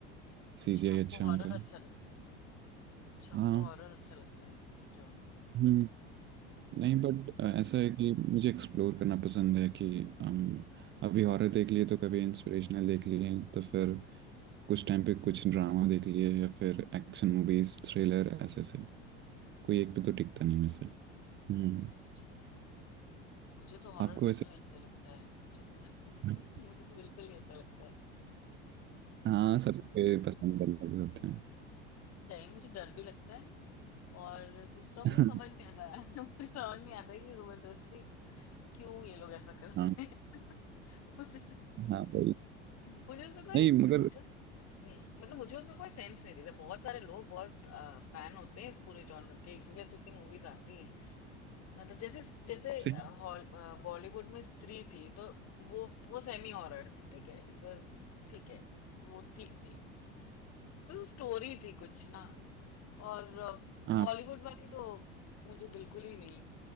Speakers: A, on the right (about 35°); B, on the left (about 50°).
A: सीजीआई
B: अच्छा आपको
A: अच्छा
B: हॉरर
A: है उनका
B: अच्छा लगता है अच्छा आपको
A: हाँ
B: हॉरर अच्छा लगता है जॉन
A: हम्म, नहीं बट ऐसा है कि मुझे एक्सप्लोर करना पसंद है कि हम अभी हॉरर देख लिए तो कभी इंस्पिरेशनल देख लिए तो फिर कुछ टाइम पे कुछ ड्रामा देख लिए या फिर एक्शन मूवीज थ्रिलर ऐसे ऐसे कोई एक पे तो टिकता नहीं मुझसे हम्म
B: अच्छा मुझे तो हॉरर
A: आपको
B: बिल्कुल
A: ऐसे
B: नहीं अच्छा लगता है मुझे तो <laughs>
A: <laughs>
B: मुझे तो बिल्कुल नहीं अच्छा लगता है
A: हाँ सबके पसंद अलग होते हैं
B: नहीं मुझे डर भी लगता है और दूसरा
A: <laughs>
B: मुझे समझ नहीं आता है <laughs> मुझे समझ नहीं आता है कि जबरदस्ती क्यों ये लोग ऐसा कर रहे
A: हाँ
B: हैं <laughs> मुझे
A: हाँ वही
B: मुझे उसमें कोई
A: नहीं मगर
B: मुझे उस- हम्म मतलब मुझे उसमें कोई सेंस नहीं दिखता बहुत सारे लोग बहुत फैन होते हैं इस पूरे जॉनर के इसीलिए तो इतनी मूवीज आती हैं मतलब जैसे जैसे अ,
A: सही
B: हॉल अ, बॉलीवुड में स्त्री थी तो वो वो सेमी हॉरर थी ठीक है इट वाज ठीक है वो ठीक थी स्टोरी थी कुछ ना और अ,
A: हाँ
B: हॉलीवुड वाली तो मुझे बिल्कुल ही नहीं